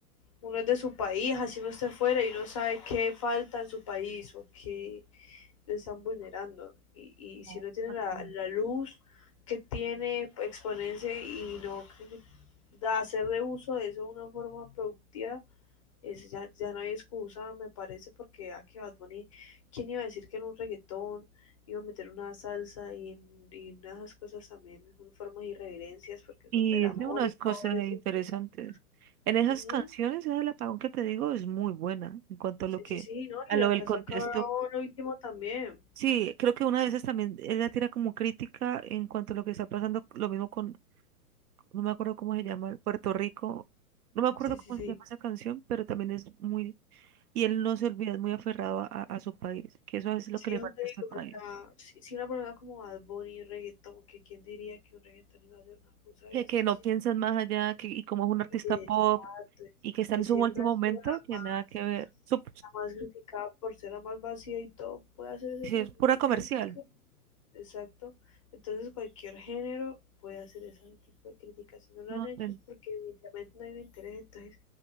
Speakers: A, on the left; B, on the right.
A: uno es de su país, así uno está fuera y uno sabe qué falta en su país o qué le están vulnerando. Y, y si no
B: exacto.
A: tiene la, la luz que tiene, exponerse y no da, hacer de uso de eso de una forma productiva, es, ya, ya no hay excusa, me parece, porque a que Bad Bunny, ¿quién iba a decir que en un reggaetón iba a meter una salsa y, y unas cosas también, son formas de irreverencias, porque eso
B: Y
A: del amor
B: es de unas
A: y todo
B: cosas
A: eso
B: interesantes.
A: es como,
B: En esas
A: ujú,
B: canciones, esa del apagón que te digo es muy buena en cuanto
A: Sí,
B: a lo que,
A: sí, sí, no,
B: a
A: y la
B: lo del
A: casa
B: contexto.
A: cabra ahora último también.
B: Sí, creo que una de esas también, ella tira como crítica en cuanto a lo que está pasando, lo mismo con, no me acuerdo cómo se llama, Puerto Rico, no me acuerdo
A: Sí,
B: cómo
A: sí, sí.
B: se llama esa canción, pero también es muy, y él no se olvida, es muy aferrado a, a- a su país, que eso es lo
A: Sí,
B: que
A: yo
B: le falta
A: te digo,
B: a este país,
A: o sea, si, si una persona como Bad Bunny, reggaetón, que quién diría que un reggaetón iba a ser una cosa de
B: que,
A: esas.
B: que no piensan más allá, que, y como es un artista
A: Exacto,
B: pop,
A: exacto,
B: y que está
A: que
B: en su
A: siempre
B: último
A: ha
B: momento,
A: sido la
B: que
A: más,
B: nada que ver. Su-
A: la más criticada por ser la más vacía y todo, puede hacer ese
B: Sí,
A: tipo
B: es pura
A: de
B: comercial.
A: crítica. Exacto. Entonces cualquier género puede hacer ese tipo de crítica. Si no lo
B: No,
A: han hecho
B: ten-
A: es porque evidentemente no hay un interés, entonces